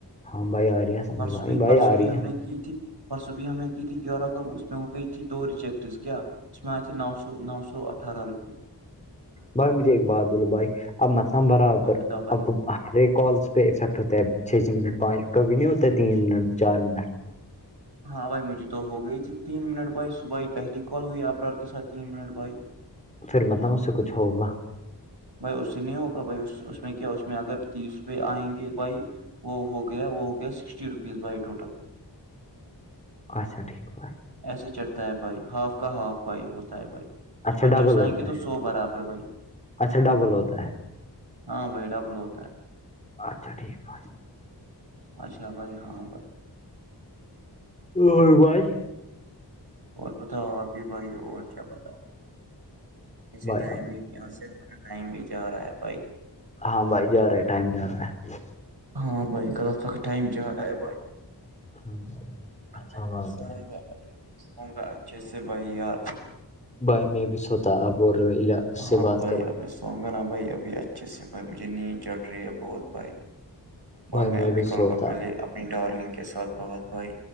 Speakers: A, on the left; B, on the right.
A: ہاں بھائی آ رہی ہے سمجھ
B: پرسو
A: بھائی
B: بھی
A: بھائی
B: پرس
A: آ
B: بھی
A: رہی
B: ہم
A: ہے
B: نے کی تھی پرسب بھی ہمیں کی تھی گی اس میں ہو گئی تھی دو ریجیکٹس کیا س میں آ تھر نو سو نو سو اٹھارہ روپیئے
A: بھائی مجھے ایک بات بولو بھائی اب مس برابر
B: ہاں بتاؤ بھائی
A: اب کو ہر کالز پ افیکٹ ہوتا ہے چ چھ منٹ پانچ تین منٹ چار منٹ
B: ہاں بھائی مجھے تو ہو گئی تھی تین منٹ بھائی صبحائی پہلی کال ہوئی آبرار کے سھ تین منٹ بھائی
A: پھر مطلب اس سے کچھ ہوگا
B: بھائی اس سے نہیں ہوگا بھائی اس میں کیا اس میں اگر تیس پہ آئیں گے بھائی وہ ہو گیا وہ ہو گیا سکسٹی روپیز بھائی ٹوٹل
A: اچا ٹھیک باائے
B: ایسے چڑھتا ہے بھائی ہاف کا ہاف بھائی ہوتا ہے بھائی
A: اچھا
B: پچاس
A: ڈبل ہوتا
B: آئیں گے
A: ہے
B: تو سو برابر بھائی
A: اچھا ڈبل ہوتا ہے
B: ہاں بہرا بل ہوتا ہے
A: اچھا ٹھیک پ
B: اچھا بھائی ہاں بائی
A: ار بائی
B: اور بتاؤ ابھی بھائی اور کیا بتاؤں بھ ایے
A: بھائی
B: ٹائم
A: اب
B: بھی یہاں سے ہمارا ٹائم بھی جا رہا ہے بھائی
A: ہاں بھائی جا رہا ہے ٹائم جا رہا ہے
B: ہاں بھائی کل تک ٹائم چا ہے بھائی
A: ہاں بھائی، اچھا
B: میں ابھی
A: بات
B: سوؤ
A: ہے
B: گاب سوؤوں گا اچھے سے بھائی یار
A: بائی میں بھی سوتاا اب اس
B: ہاں
A: سے بات
B: بھائی
A: کرو
B: اب میں سوؤوں گا نا بھائی ابھی اچھے سے بھائی مجھے نیند چڑ رہی ہے بہت بھائی بائی
A: بھائی
B: میں ابھی
A: بھی
B: کہوں
A: سوتا
B: گا پہلے اپنی ڈارلنگ کے ساتھ بہت بھائی